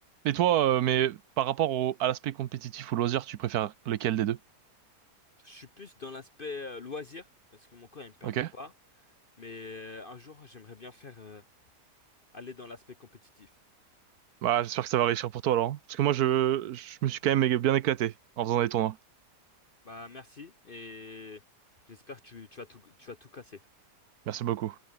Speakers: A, on the right; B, on the left.
A: Et toi, euh, mais par rapport au, à l'aspect compétitif ou loisir, tu préfères lequel des deux?
B: Je suis plus dans l'aspect euh, loisir parce que mon corps il me permet
A: Ok?
B: pas, mais euh, un jour j'aimerais bien faire euh, aller dans l'aspect compétitif.
A: Bah j'espère que ça va réussir pour toi alors. hein. Parce que moi je, je me suis quand même bien éclaté en faisant des
B: Ok.
A: tournois.
B: Bah merci et j'espère que tu, tu vas tout, tu vas tout casser.
A: Merci beaucoup.